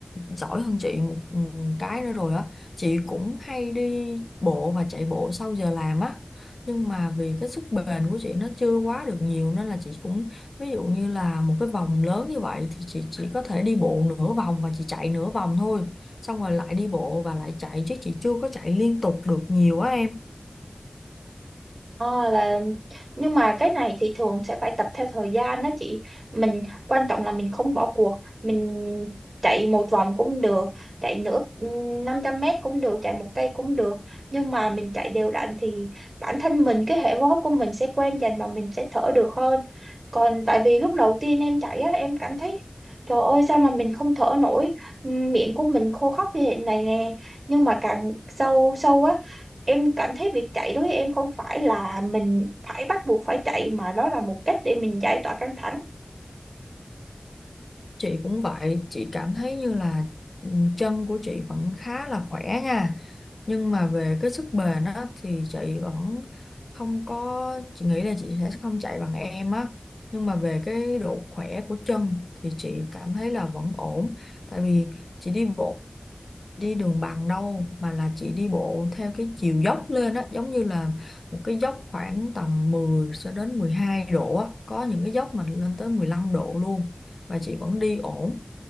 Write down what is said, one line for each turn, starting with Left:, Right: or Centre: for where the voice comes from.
Left: giỏi hơn chị một ừ, cái nữa rồi á chị cũng hay đi bộ và chạy bộ sau giờ làm á nhưng mà vì cái sức bền của chị nó chưa quá được nhiều nên là chị cũng ví dụ như là một cái vòng lớn như vậy thì chị chỉ có thể đi bộ nửa vòng và chị chạy nửa vòng thôi xong rồi lại đi bộ và lại chạy chứ chị chưa có chạy liên tục được nhiều á em
Right: Ờ, là nhưng mà cái này thì thường sẽ phải tập theo thời gian đó chị mình quan trọng là mình không bỏ cuộc mình chạy một vòng cũng được chạy nửa 500 mét cũng được chạy một cây cũng được nhưng mà mình chạy đều đặn thì bản thân mình cái hệ hô hấp của mình sẽ quen dần và mình sẽ thở được hơn còn tại vì lúc đầu tiên em chạy á em cảm thấy trời ơi sao mà mình không thở nổi miệng của mình khô khóc như thế này nè nhưng mà càng sâu sâu á em cảm thấy việc chạy đối với em không phải là mình phải bắt buộc phải chạy mà đó là một cách để mình giải tỏa căng thẳng
Left: Chị cũng vậy, chị cảm thấy như là ừ, chân của chị vẫn khá là khỏe nha. Nhưng mà về cái sức bền á thì chị vẫn không có chị nghĩ là chị sẽ không chạy bằng em á. Nhưng mà về cái độ khỏe của chân thì chị cảm thấy là vẫn ổn. Tại vì chị đi bộ đi đường bằng đâu mà là chị đi bộ theo cái chiều dốc lên á giống như là một cái dốc khoảng tầm 10 cho đến 12 độ á có những cái dốc mà lên tới 15 độ luôn và chị vẫn đi ổn